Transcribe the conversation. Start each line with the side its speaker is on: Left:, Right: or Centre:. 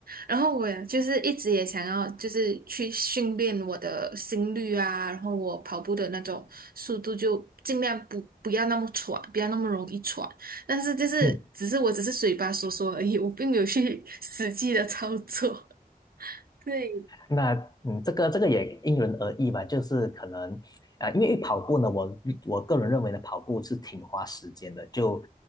Right: 然后我也就是一直也想要就是去训练我的心率啊，然后我跑步的那种速度就尽量不不要那么喘，不要那么容易喘，但是就是只是我只是嘴巴说说而已，
Left: 嗯。
Right: 我并没有去 <laughs> 实际的操作。<laughs> 对，
Left: 那嗯，这个这个也因人而异吧，就是可能啊、呃因为跑步呢，我我个人认为呢，跑步是挺花时间的。就